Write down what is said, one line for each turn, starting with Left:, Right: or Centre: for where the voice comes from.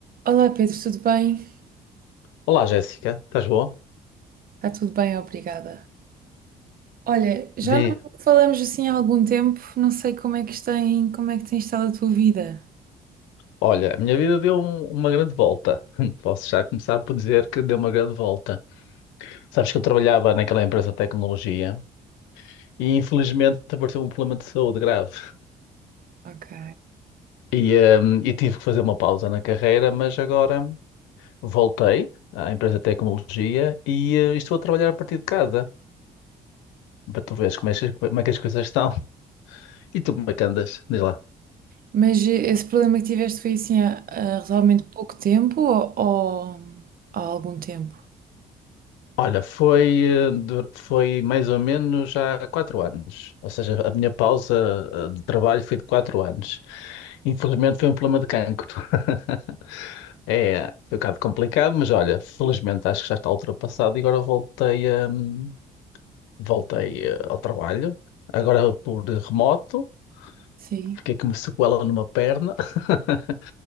Right: Olá Pedro, tudo bem?
Left: Olá, Jéssica, estás boa?
Right: Está tudo bem, obrigada. Olha, já
Left: Di,
Right: não falamos assim há algum tempo, não sei como é que tem, como é que tem estado a tua vida.
Left: olha, a minha vida deu um- uma grande volta. <laughs> Posso já começar por dizer que deu uma grande volta. Sabes que eu trabalhava naquela empresa de tecnologia e infelizmente apareceu um problema de saúde grave.
Right: Ok.
Left: E, hum, e tive que fazer uma pausa na carreira, mas agora voltei à empresa de tecnologia e eh, estou a trabalhar a partir de casa. Para tu veres como é, que- como é que as coisas estão. E tu, como é que andas? Diz lá.
Right: Mas eh, esse problema que tiveste foi assim há, há relativamente pouco tempo ou, ou há algum tempo?
Left: Olha, foi, eh, du- foi mais ou menos há quatro anos. Ou seja, a minha pausa eh, de trabalho foi de quatro anos. Infelizmente foi um problema de cancro. <laughs> É, foi um bocado complicado, mas olha, felizmente acho que já está ultrapassado e agora voltei, hum, voltei eh, ao trabalho. Agora por remoto,
Right: Sim.
Left: fiquei com uma sequela numa perna, <laughs>